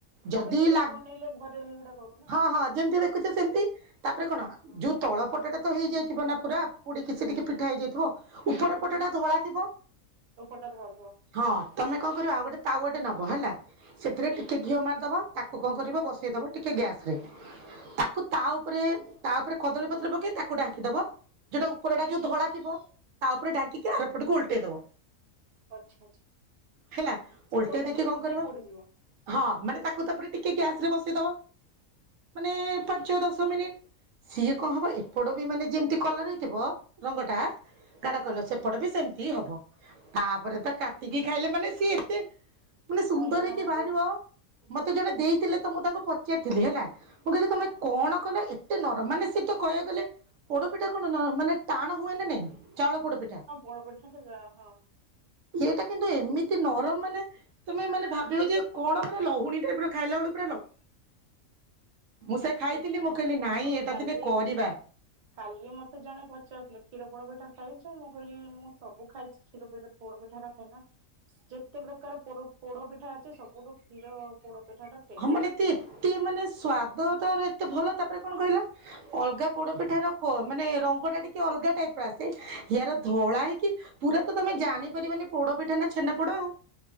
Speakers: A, on the right; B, on the right.
A: ଯଦି
B: ଆମେ କେକ୍
A: ଲା
B: ବନେଇଲେ ଘରେ ଏଗୁଡା କରୁ ନା
A: ହଁ ହଁ ଯେମିତି ଦେଖୁଛ ସେମତି ତାପରେ କଣ
B: ହଁ
A: ଯୋ ତଳ ପଟଟା ତ ହେଇଯାଇଥିବ ନା ପୁରା ପୋଡିକି ସେ ଟିକେ ପିଠା ହେଇଯାଇଥିବ
B: ହଁ
A: ଉପର
B: ହଁ
A: ପଟଟା ଧଳା ଥିବ।
B: ଉପରଟା ଧଳାଥିବ।
A: ହଁ ତମେ କଣ କରିବ ଆଉ ଗୋଟେ ତାଉଆଟେ ନବ ହେଲା ସେଥିରେ
B: ହଁ
A: ଟିକେ ଘିଅ ମାରିଦେବ। ତାକୁ କଣ କରିବ ବସେଇଦବ ଟିକେ ଗ୍ୟାସ ରେ ତାକୁ ତା ଉପରେ ତା ଉପରେ କଦଳୀପତ୍ର ପକେଇ ତାକୁ ଢାଙ୍କି ଦବ ଯଉଟା ଉପରେ ଏଟା ଯୋଉ ଧଳା ଥିବ ତା ଉପରେ ଡାଙ୍କିକି ଆରପଟକୁ ଓଲଟେଇ ଦବ।
B: ଆଚ୍ଛା ଆଚ୍ଛା
A: ହେଲା।
B: ସେପଟା
A: ଓଲଟେଇ ଦେଇକି
B: ବି ଯେମିତି
A: କଣ କରିବ
B: ପୋଡିଯିବ।
A: ହଁ ମାନେ ତାକୁ ତାପରେ ଟିକେ ଗ୍ୟାସରେ ବସେଇଦବ ମାନେ
B: ହଁ ହଁ
A: ପାଞ୍ଚ ଦଶ ମିନିଟ ସିଏ କଣ ହବ ଏପଟ ବି ମାନେ ଯେମିତି କଲର ହେଇଥିବ ରଙ୍ଗଟା ଗାଢ କଲର ସେପଟ ବି ସେମିତି ହବ। ତାପରେ ତ କାଟିକି ଖାଇଲେ ମାନେ ସିଏ ଏତେ ମାନେ
B: ସେ
A: ସୁନ୍ଦର
B: ଅଲଗା
A: ହେଇକି
B: ମଜା
A: ବାହାରିବ ମତେ ଜଣେ ଦେଇଥିଲେ ତ ମୁଁ ତାଙ୍କୁ ପଚାରିଥିଲି ହେଲା ମୁଁ କହିଲି ତମେ
B: ହଁ
A: କଣ? କହିଲା ଏତେ ନରମ ମାନେ ସେହିତ କହିବା ଗଲେ। ପୋଡପିଠା କଣ ନ ମାନେ ଟାଣ ହୁଏନ ନାଇଁ ଚାଉଳ ପୋଡପିଠା।
B: ହଁ ପୋଡ଼ପିଠା ତ ଯା ହଁ।
A: ଏଇଟା କିନ୍ତୁ ଏମିତି ନରମ ମାନେ। ତମେ ମାନେ ଭାବିବ ଯେ କଣ ପୁରା ଲହୁଣୀ ଟାଇପ୍ ର ଖାଇଲା ବଳୁ ପୁରା ଲ ମୁଁ ସେ ଖାଇଥିଲି
B: ହଁ
A: ମୁଁ କହିଲି ନାଇଁ
B: ମତେ
A: ଏଇଟା
B: କାଲି
A: ଦିନେ କରିବା।
B: କାଲି ମତେ ଜଣେ ପଚାରୁଥିଲେ କ୍ଷୀର ପୋଡପିଠା ଖାଇଚ ମୁଁ କହିଲି ମୁଁ ସବୁ ଖାଇଚି। ଖିର ପେ ପୋଡ ପିଠା ଖାଇନା। ଯେତେ ପ୍ରକାର ପୋଡ଼ ପୋଡପିଠା ଅଛି ସବୁଠୁ କ୍ଷୀର ପୋଡ ପିଠା ଟା। ଟେଷ୍ଟ।
A: ହଁ ମାନେ ଏତେ ଏତେ ମାନେ ସ୍ଵାଦ ତାର ଏତେ ଭଲ ତାପରେ କଣ କହିଲ? ଅଲଗା ପୋଡପିଠାର କ ମାନେ ରଙ୍ଗ ଟା ଟିକେ ଅଲଗା ଟାଇପ୍ ର ଆସେ ୟାର ଧଳା ହେଇକି। ପୁରା ତ ତମେ ଜାଣିପାରିବାନି ପୋଡ ପିଠା ନା ଛେନା ପୋଡ ଆଉ।